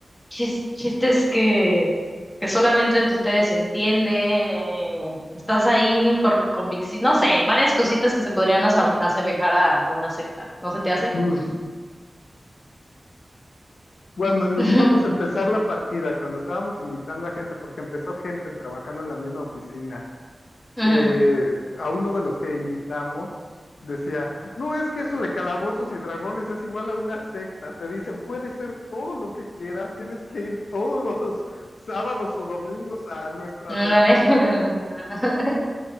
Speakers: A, on the left; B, on the left.
A: chis- chistes que, que solamente entre ustedes se entienden, eh, estás ahí por convicción, no sé, varias cositas que se podrían asame- asemejar a, a una secta, ¿no se te hace?
B: Pues, Cuando em,
A: <laughs>
B: íbamos a empezar la partida, cuando estábamos invitando a gente, porque empezó gente trabajando en la misma oficina,
A: Ujú,
B: eh, a uno de los que invitamos decía, no es que eso de calabozos y dragones es igual a una secta, te dicen, puede ser todo lo que quieras, tienes que ir todos los sábados o domingos a nuestra
A: Ándale.
B: reunión.
A: <laughs>
B: <laughs>